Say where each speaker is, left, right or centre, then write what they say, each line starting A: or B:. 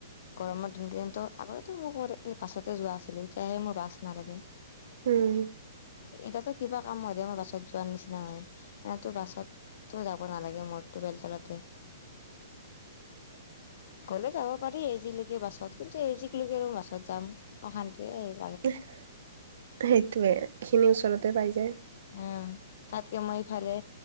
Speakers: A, on the left; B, on the right.
A: গৰমৰ দিন কেইটাত আগতেো মোৰ বাছতে যোৱা আছিলো তেতিয়াহে মোৰ বাছ নালাগে।
B: উম,
A: এতিাতো কিবা কাম হয় দে মই বাছত যোৱাৰ নিচিনা হয় এনোতো বাছত। তো, যাব নলাগে মোৰটো বেল তলাতে। গ'লে যাব পাৰি এইজিলৈকে বাছত কিন্তু এইজিক লকে বাছত যাম অশান্তিে আহ।
B: সেইটোৱে এইখিনি ওচৰতে পাই যায়।
A: অ, তাতকে মই ইফালে